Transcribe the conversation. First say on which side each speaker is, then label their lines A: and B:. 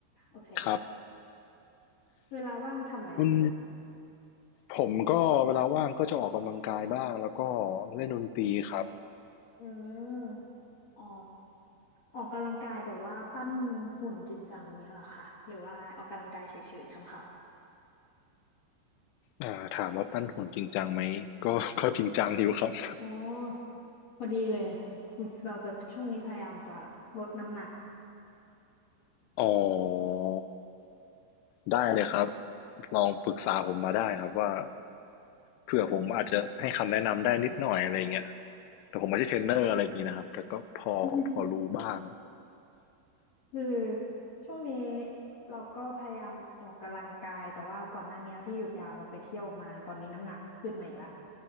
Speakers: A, on the left; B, on the left.
A: โอเค
B: ครับ
A: เวลาว่างทำอะไรคะ
B: คุณ ผมก็เวลาว่างก็จะออกกำลังกายบ้างแล้วก็เล่นดนตรีครับ
A: อืมอ๋อออกกำลังกายแบบว่าปั้นหุ่นจริงจังเงี้ยเหรอคะหรือว่าออกกำลังกายเฉยๆคำ
B: อ่าถามว่าปั้นหุ่นจริงจังไหมก็ <laughs> ก็จริงจังอยู่ครับ
A: อ๋อพอดีเลยเราจะช่วงนี้พยายามจะลดน้ำหนัก
B: <laughs> อ๋อได้เลยครับลองปรึกษาผมมาได้ครับว่าเผื่อผมอาจจะให้คำแนะนำได้นิดหน่อยอะไรอย่างเงี้ยแต่ผมไม่ใช่เทรนเนอร์อะไรอย่างงี้นะครับแต่ก็พอพอรู้บ้าง
A: <laughs> คือช่วงนี้เราก็พยายามออกกำลังกายแต่ว่าก่อนหน้านี้ที่หยุดยาวเราไปเที่ยวมาตอนนี้น้ำหนักขึ้นมาอีกละ